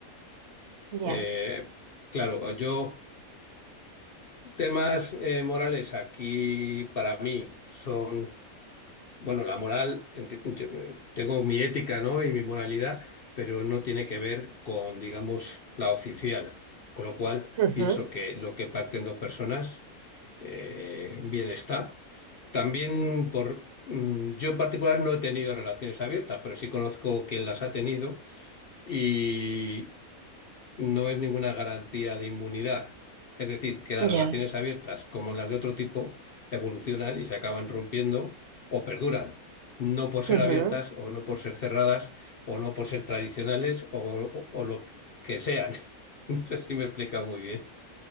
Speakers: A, on the right; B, on the left.
A: Ya.
B: Eh, claro, yo temas eh, morales aquí para mí son, bueno, la moral, enti- yo, eh, tengo mi ética, ¿no? y mi moralidad, pero no tiene que ver con, digamos, la oficial. Con lo cual,
A: Ujú,
B: pienso que lo que pacten dos personas, eh, bien está. También por, mm, yo en particular no he tenido relaciones abiertas, pero sí conozco quien las ha tenido. Y, no es ninguna garantía de inmunidad. Es decir, que las
A: Ya.
B: relaciones abiertas, como las de otro tipo, evolucionan y se acaban rompiendo o perduran. No por ser
A: ujú.
B: abiertas o no por ser cerradas o no por ser tradicionales o, o- o lo que sean. <laughs> No sé si me he explicado muy bien.